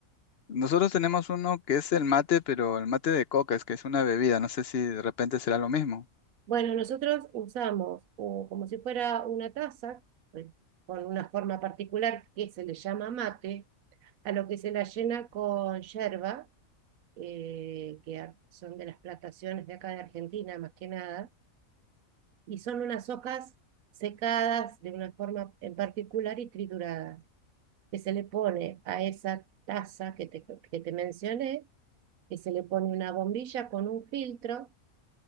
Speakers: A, on the left; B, on the right.
A: Nosotros tenemos uno que es el mate, pero el mate de coca, es que es una bebida, no sé si de repente será lo mismo.
B: Bueno, nosotros usamos o como si fuera una taza eh, con una forma particular que se le llama mate, a lo que se la llena con yerba, eh, que a- son de las plantaciones de acá de Argentina, más que nada, y son unas hojas secadas de una forma en particular y trituradas, que se le pone a esa taza que te, que te mencioné, que se le pone una bombilla con un filtro